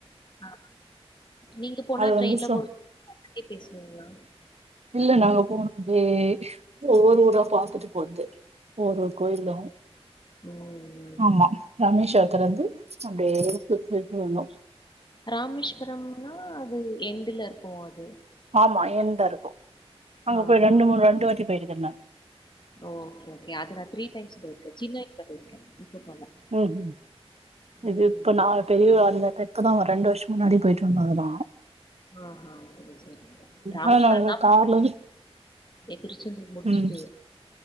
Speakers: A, on the left; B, on the right.
A: ஆ நீங்க போனா
B: அது
A: ட்ரெயின்ல
B: வந்து சொ
A: <inaudible> பேசுவீங்களா
B: இல்ல நாங்க போனோ <unintelligible> ஒவ்வொரு ஊரா பாத்துட்டு போறது ஒவ்வொரு கோயிலு
A: உம்
B: ஆமா ராமேஷ்வரத்தலருந்து அப்டியே சுத்தியிட்டு வந்தோ
A: ராமேஸ்வரம்னா அது என்டுல இருக்கு அது
B: ஆமா எந்தா இருக்கு அங்க
A: ஆஹா.
B: போய் ரெண்டு மூன் ரெண்டு வாட்டி போயிருக்கறே நான்
A: ஓக்கே ஓகே அது நா த்ரீ டைம்ஸ் போயிருக்கே சின்ன வயசுல போயிருக்கே இப்ப போல
B: ம்ம்
A: ம்.
B: இது இப்ப நா பெரிய <unintelligible> இப்பதா ஒரு ரெண்டு வருஷோ முன்னாடி போயிட்டு வந்தோ அதலா
A: ஆ ஆ சேரி சேரி ராமேஸ்வர
B: ஆனா நாங்க
A: தா <inaudible>
B: கார்ல
A: எ திருச்செந்தூர் முடிச்சிட்டு
B: ம்